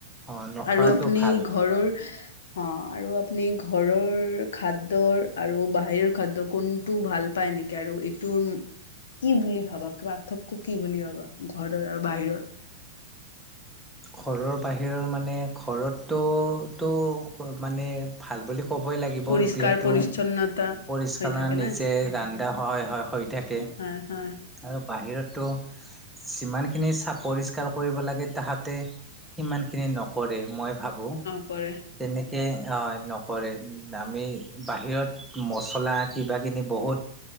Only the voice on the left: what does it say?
আৰু আপুনি
ঘৰৰ। অ আৰু আপুনি ঘৰৰ খাদ্য আৰু বাহিৰৰ খাদ্য কোনটো ভাল পায়। নেকি আৰু এইটো। কি বুলি ভাবা পাৰ্থক্য কি বুলি ভাবা ঘৰৰ আৰু বাহিৰৰ।
পৰিষ্কাৰ
পৰিচ্ছন্নতা
হৈ থাকে
না
হয় হয়
নকৰে